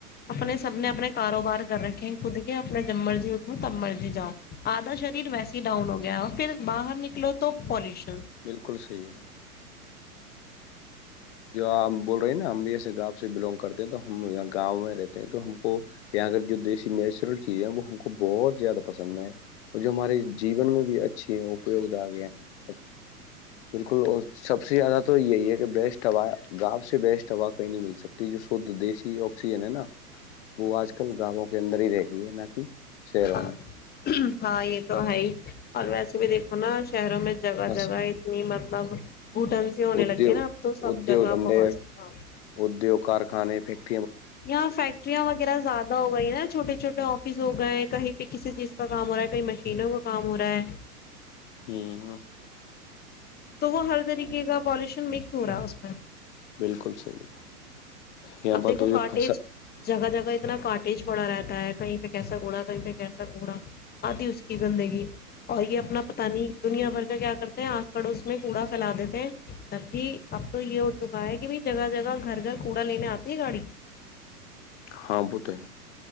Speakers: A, on the left (about 20°); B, on the left (about 45°).
A: اپنے سپنے اپنے کاروبار کر رکھے ہیں خود کے اپنے جب مرضی اٹھو تب مرضی جاؤ آدھا شریر ویسے ہی ڈاؤن ہو گیا پھر باہر نکلو تو پالش
B: بالکل صحی ہے جو آ بول رہے ہیں نا ہم بھی ایسے گاؤں سے بلونگ کرتے ہیں تو ہم یہاں گاؤں میں رہتے ہیں تو ہم کو یہاں جو دیسی نیچرل چیز ہے وہ ہم کو بہت زیادہ پسند ہے اور جو ہمارے جیون میں بھی اچھی ہےوگ آ گیا ہیں بالکل اور سب سے زیادہ تو یہی ہے کہ بیسٹ گاؤ سے بیسٹ ہوا کہیں نہیں مل سکتی جو شھ دیسیی آکسیجن ہے نا وہ آج کل گاووں کے اندر ہی رہ گئی ہے نہ کہ شہروں
A: ہاں
B: میں
A: <unintelligible> ہاں یہ تو ہے ہی اور ویسے بھی دیکھو نا شہروں میں جگہ
B: بس
A: جگہ اتنی مطلب گھٹن سے ہونے
B: ادیوگ
A: لگی ہے نا اب تو سب
B: ادیوگ
A: جگہ
B: دھندے
A: پہنچ گا
B: ادیوگ کارخانے پ <unintelligible>
A: یااں فیکٹریا وغیرہ زیادہ ہو وہی نا چھوٹے چھوٹے آفس ہو گئے کہیں پہ کسی چیز کا کام ہو رہا ہے کہیں مشینوں کا کام ہو رہا ہے
B: ہوں <unintelligible>
A: تو وہ ہرد نکے گا پالش مکس ہو رہا ہے اس میں
B: بالکل صحیح یہاں
A: اب
B: پر
A: دیکھو
B: تو جو
A: کاٹیج
B: فسا
A: جگہ جگہ اتنا کٹیج پڑا رہتا ہے کہیں پہ کیسا کوڑا کہیں پہ کیسا کوڑا آتی اس کی گندگی اور یہ اپنا پتا نہیں دنیا بھر کا کیا کرتے ہیں آس پڑوس میں کوڑا پھیلا دیتے ہیں تب بھی اب تو یہ ہو چکا ہے کہ ب جگہ جگہ گھر گھر کوڑا لینے آتا ت گاڑی <unintelligible>
B: ہاں بتے ہیں